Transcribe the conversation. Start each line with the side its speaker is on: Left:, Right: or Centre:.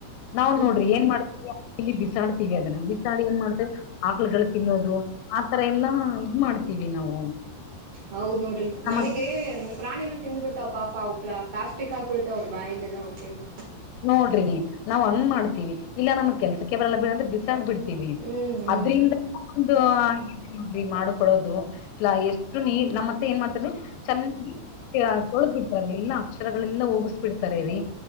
Left: ನಾವ್ ನೋಡ್ರಿ
Right: ಹ್ಮ್ ಹ್ಮ್
Left: ಏನ್ ಮಾಡ್ತೀವಿ ಅಲ್ಲಿ ಇಲ್ಲಿ ಬಿಸಾಡ್ತೀವಿ ಅದನ್ನ ಬಿಸಾಡಿ ಏನ್ ಮಾಡ್ತೇವಿ. ಆಕ್ಳಗಳು ತಿನ್ನೋದು ಆತರ ಎಲ್ಲಾ ಇದ್ ಮಾಡ್ತೀವಿ ನಾವು.
Right: ಹೌದು ನೋಡ್ರಿ
Left: ನಮ್ಮ
Right: ನಮಗೆ ಪ್ರಾಣಿಗಳು ತಿಂದು ಬಿಡ್ತಾವ್ ಪಾಪ ಪ್ಲ. ಪ್ಲಾಸ್ಟಕ್ ಹಾಕ್ಬುಡ್ತಾವ್ ಬಾಯ್ಲೆಲ್ಲ ಹೊಟ್ಟೇಲಿ.
Left: ನೋಡ್ರಿ ನಾವ್ ಹಂಗ್ ಮಾಡ್ತೀವಿ ಇಲ್ಲ ನಮ್ಗ್ ಕೆಲ್ಸಕ್ಕೆ ಬರಲ್ಲ ಬಿಡ್ ಅಂತ ಬಿಸಾಕ್ ಬಿಡ್ತವಿ.
Right: ಹ್ಮ್ ಹ್ಮ್
Left: ಅದ್ರಿಂದಡರಿ ಒಂದ ಇದು ಇದೆಲ್ಲ ರಿ ಮಾಡಕೊಳ್ಳೋದು. ಇಲಾ ಎಷ್ಟು ನೀರ್ ನಮ್ಮತ್ತೆ ಏನ್ ಮಾಡ್ತಂದ್ರೆ ಚೆನ್ನಾಗಿ. ತೊಳದ್ಬಿಡ್ತಾರ ಎಲ್ಲ ಅಕ್ಷರಗಳೆಲ್ಲಾ ಹೋಗಿಸ್ ಬಿಡ್ತಾರೆರಿ.